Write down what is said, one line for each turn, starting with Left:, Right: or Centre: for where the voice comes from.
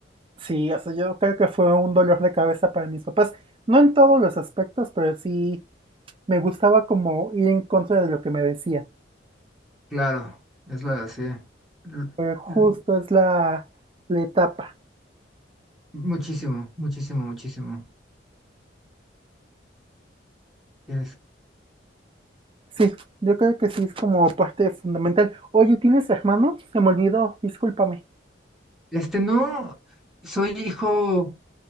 Right: Sí, o sea, yo creo que fue un dolor de cabeza para mis papás. No en todos los aspectos, pero sí me gustaba como ir en contra de lo que me decía.
Centre: claro, es la, sí, L-
Right: Pero justo
Centre: l-
Right: es la, la etapa.
Centre: muchísimo, muchísimo, muchísimo, Eres-
Right: Sí, yo creo que sí es como parte fundamental. Oye, ¿tienes hermano? Se me olvidó, discúlpame.
Centre: Este, no, soy hijo